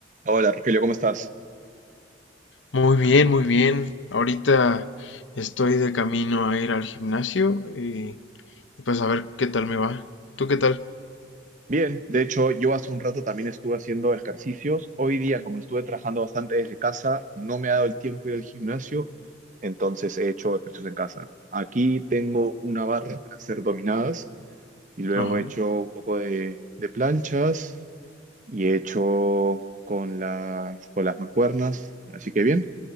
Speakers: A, on the right; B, on the left.
A: Hola Rogelio, ¿cómo estás?
B: Muy bien, muy bien. Ahorita estoy de camino a ir al gimnasio y pues a ver qué tal me va. ¿Tú qué tal?
A: Bien, de hecho yo hace un rato también estuve haciendo ejercicios. Hoy día, como estuve trabajando bastante desde casa, no me ha dado el tiempo de ir al gimnasio, entonces he hecho ejercicios en casa. Aquí tengo una barra para hacer dominadas y luego
B: Ajá.
A: he hecho un poco de, de planchas y he hecho con las, con las mancuernas. Así que bien,